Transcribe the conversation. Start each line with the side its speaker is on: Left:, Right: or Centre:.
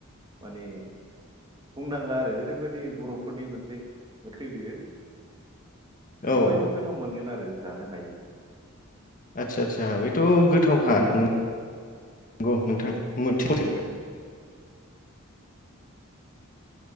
Right: माने बुंनांला आरो ओरैबायदि बर'फोरनि मोनसे ओंख्रि बियो
Left: औ
Right: बयबो गोथाव मोनगोन आरो रो जानो हायोबा
Left: आदसा आदसा बेथ' गोथावखा नों गौ नोंथां मोनथिखौ सोंदों